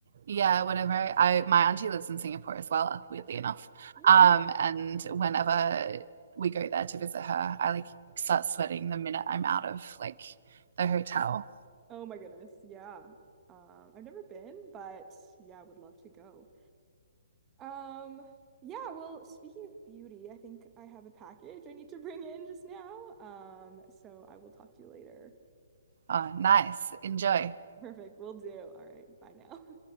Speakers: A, on the right; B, on the right.
A: Yeah, whenever I, my auntie lives in Singapore as well, weirdly
B: Okay.
A: enough.
B: Yeah.
A: Um, and whenever we go there to visit her, I like start sweating the minute I'm out of like the hotel
B: Oh my goodness. Yeah. Um I've never been, but yeah, I would love to go. Um yeah, well, speaking of beauty, I think I have a package I need to bring in just now. Um so I will talk to you later.
A: Oh, nice. Enjoy.
B: Perfect. We'll do. All right. Bye now. <laughs>